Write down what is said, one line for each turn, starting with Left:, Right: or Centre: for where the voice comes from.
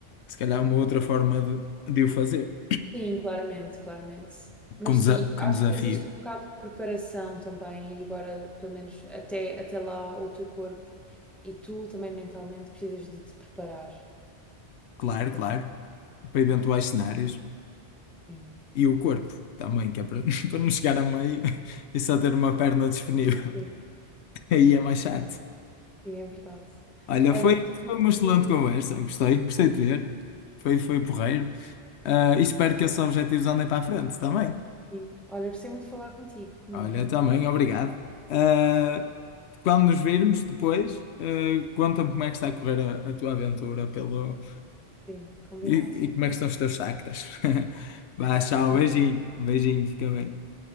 Left: se calhar uma outra forma de, de o fazer.
Centre: Sim, claramente, claramente. Mas
Left: Com, desa-
Centre: sim,
Left: com desafio,
Centre: acho que existe um bocado de preparação também, e agora, pelo menos até, até lá, o teu corpo e tu também mentalmente precisas de te preparar
Left: claro,
Centre: para
Left: claro,
Centre: a
Left: para
Centre: aventura.
Left: eventuais cenários.
Centre: Sim.
Left: E o corpo também, que é para, <laughs> para não chegar a meio e só ter uma perna disponível.
Centre: Sim,
Left: <laughs> Aí é mais chato.
Centre: sim, é verdade.
Left: Olha,
Centre: Olha,
Left: foi,
Centre: gostei
Left: foi uma excelente
Centre: muito,
Left: conversa. Gostei, gostei
Centre: sim,
Left: de ver. Foi, foi porreiro. Ah, e espero que esses objetivos andem para a frente também.
Centre: sim. Olha, gostei muito de falar contigo mesmo.
Left: Olha, também, obrigado. Ah, quando nos virmos depois, ah, conta-me como é que está a correr a, a tua aventura pelo...
Centre: Sim, combinado.
Left: e, e como é que estão os teus chakras. <laughs> Vá,
Centre: <laughs>
Left: tchau,
Centre: Combinado.
Left: beijinho, beijinho, fica bem.